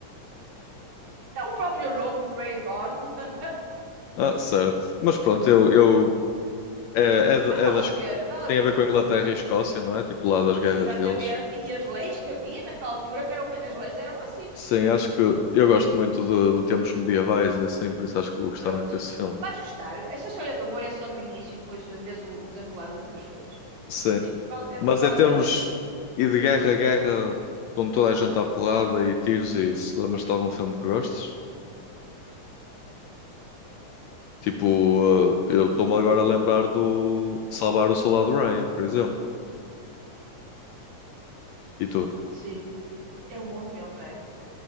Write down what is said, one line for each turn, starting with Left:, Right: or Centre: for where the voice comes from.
Right: É o próprio nome, Braveheart. <laughs>
Left: Ah, certo. Mas pronto, eu, eu É, é, de-
Right: Mas vale
Left: é das,
Right: a pena, vale
Left: tem
Right: a
Left: a
Right: pena,
Left: ver com a Inglaterra
Right: pronto.
Left: e Escócia, não é? Tipo lá das guerras
Right: Sim, Exatamente.
Left: deles.
Right: E as leis que havia naquela altura, que eram, as leis eram assim.
Left: Sim, acho que eu gosto muito de, de tempos medievais e assim, por isso acho que vou gostar
Right: Prontos.
Left: muito desse
Right: eh,
Left: filme.
Right: Vais gostar. Esta história do amor é só no início e depois vês o, o desenrolar das outras coisas.
Left: Sim.
Right: Sim, vale, é
Left: Mas
Right: fi- vale
Left: em termos
Right: a pena ver.
Left: e de guerra a guerra, com toda a gente à porrada e tiros e isso, lembras-te de algum filme que gostes? Tipo, eh, eu estou-me agora a lembrar do Salvar o Soldado Ryan, por exemplo. E tu?
Right: Sim. É um bom filme, é.